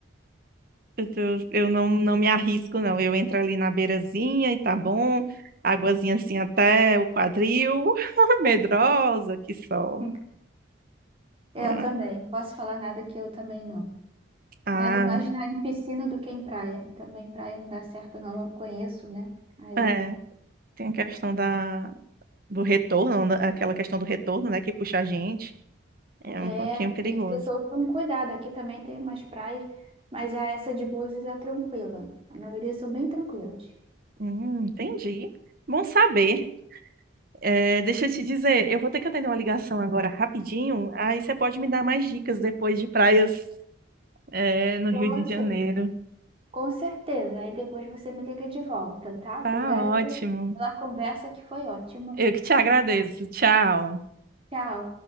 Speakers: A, on the right; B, on the right.
A: eu, tô- eu não, não me arrisco, não. Eu entro ali na beirazinha e tá bom. Águazinha assim até o quadril. <laughs> Medrosa, que só.
B: <laughs> eu
A: Ah,
B: também. Não Posso falar nada que eu também não.
A: ah,
B: Nado mais na, em piscina do que em praia. E Também praia não dá certo, não. Não conheço, né? Aí.
A: é. Tem a questão da, do retorno, né, aquela questão do retorno, né, que puxa a gente. É
B: É,
A: um pouquinho perigoso.
B: tem que ter todo um cuidado. Aqui também tem umas praias, mas a essa de Búzios é tranquila. A maioria são bem tranquilas.
A: Hum, entendi. Bom saber. É, deixa eu te dizer, eu vou ter que atender uma ligação agora rapidinho, aí você pode me dar mais dicas depois de praias, é, no
B: Posso?
A: Rio de Janeiro.
B: Com certeza. Aí depois você me liga de volta, tá?
A: Tá
B: Obrigada
A: ótimo.
B: por- pela conversa que foi ótima.
A: Eu que te agradeço. Tchau.
B: Tchau.